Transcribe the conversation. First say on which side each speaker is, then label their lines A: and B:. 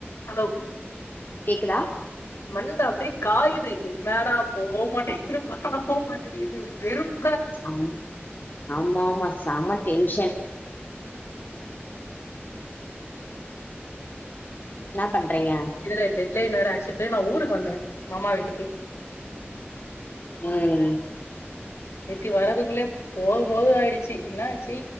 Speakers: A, on the left (about 85°); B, on the left (about 45°).
A: Hello
B: கேக்குதா
A: மண்ட அப்டியே காயுது என்னடா போவவு மாட்டங்குது வரவு மாட்டேங்குது வெறுப்
B: ஆ ஆமா ஆமா செம டென்ஷன் என்னா பண்றீங்க
A: இதுல டெட்லைன் வேற ஆக்சுவலி நா ஊருக்கு வந்த மாமா வீட்டுக்கு
B: ம்
A: நேத்தி வரதுக்குலே போதுபோதுனு ஆயிடுச்சு என்ன ஆச்சு